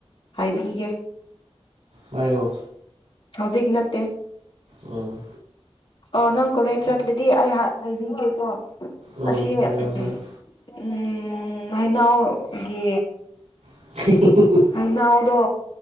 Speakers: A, on the left (about 50°); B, on the right (about 85°).
A: ꯍꯥꯏꯕꯤꯒꯦ
B: ꯍꯥꯏꯌꯣ
A: ꯍꯧꯖꯤꯛ ꯅꯠꯇꯦ
B: ꯑꯣ
A: ꯑꯣ ꯅꯪ ꯀꯣꯂꯦꯖ ꯆꯠꯂꯗꯤ ꯑꯩ ꯍꯥꯏꯕꯤꯒꯦꯀꯣ
B: ꯎꯝ
A: ꯑꯁꯤ
B: ꯍꯥꯏꯌꯣ
A: ꯎꯝ
B: ꯍꯥꯏꯌꯣ
A: ꯎꯝ ꯍꯩꯅꯧꯒꯤ
B: <unintelligible>
A: ꯍꯩꯅꯥꯎꯗꯣ